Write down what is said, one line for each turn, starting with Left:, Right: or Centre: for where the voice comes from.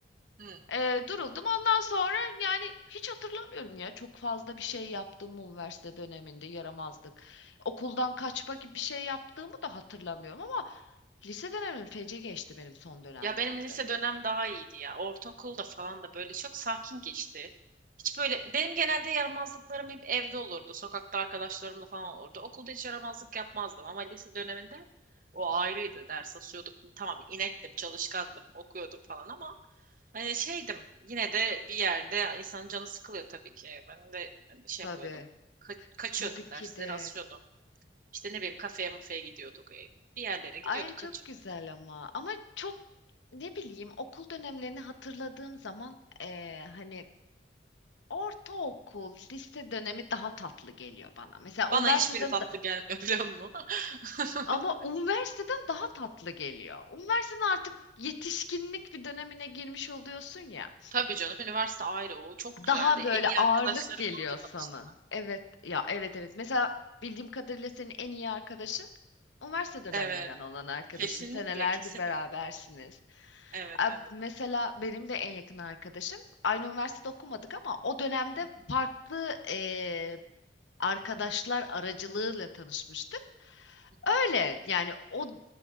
Right: Hı.
Left: Ee, duruldum. Ondan sonra yani hiç hatırlamıyorum ya. Çok fazla bir şey yaptığımı üniversite döneminde yaramazlık. Okuldan kaçma gibi bir şey yaptığımı da hatırlamıyorum ama lise dönemim feci geçti benim son dönemlerde.
Right: Ya benim lise dönem daha iyiydi ya. Ortaokulda falan da böyle çok sakin geçti. Hiç böyle benim genelde yaramazlıklarım hep evde olurdu. Sokakta arkadaşlarımla falan olurdu. Okulda hiç yaramazlık yapmazdım ama lise döneminde o ayrıydı. Ders asıyorduk. Tamam inektim, çalışkandım, okuyordum falan ama hani şeydim yine de bir yerde insanın canı sıkılıyor tabii ki. Ben de hani şey
Left: Tabii,
Right: yapıyordum. ka- kaçıyordum
Left: tabii ki
Right: dersleri
Left: de.
Right: asıyordum. İşte ne bileyim kafeye mafeye gidiyorduk. e, Bir yerlere gidiyorduk
Left: Ay çok
Right: kaçıyorduk.
Left: güzel ama ama çok ne bileyim okul dönemlerini hatırladığım zaman eee, hani ortaokul, lise dönemi daha tatlı geliyor bana. Mesela
Right: Bana
Left: üniversiteden
Right: hiçbiri tatlı gelmiyor biliyor musun? <laughs>
Left: Ama üniversiteden daha tatlı geliyor. Üniversiteden artık yetişkinlik bir dönemine girmiş oluyorsun ya.
Right: Tabii canım üniversite ayrı o çok güzeldi.
Left: Daha
Right: En
Left: böyle
Right: iyi
Left: ağırlık
Right: arkadaşlarımla
Left: geliyor
Right: orada tanıştım
Left: sana.
Right: ben.
Left: Evet ya evet evet. Mesela bildiğim kadarıyla senin en iyi arkadaşın üniversite döneminden
Right: Evet
Left: olan arkadaşın.
Right: kesinlikle
Left: Senelerdir
Right: kesinlikle.
Left: berabersiniz.
Right: Evet
Left: Ab-
Right: evet.
Left: Mesela benim de en yakın arkadaşım. Aynı üniversitede okumadık ama o dönemde
Right: Hı hı,
Left: farklı eee, arkadaşlar aracılığıyla tanışmıştık.
Right: hı hı.
Left: Öyle yani o